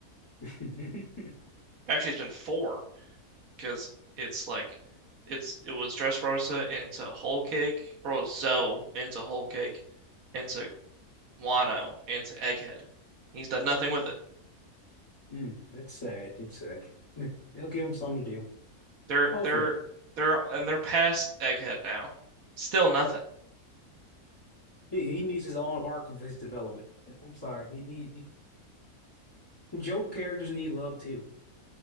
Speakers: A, on the left (about 25°); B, on the right (about 70°).
A: <laughs>
B: Actually, it's been four because it's like it's it was Dressrosa into Whole Cake, or Zoe into Whole Cake, into Wano, into Egghead. He's done nothing with it.
A: Mm, that's sad. That's sad. <laughs> They'll give him something to do.
B: They're
A: Hopefully,
B: they're they're and they're past Egghead now. Still nothing.
A: he he needs his own arc of his development. I'm sorry. He, he, he joke characters need love too.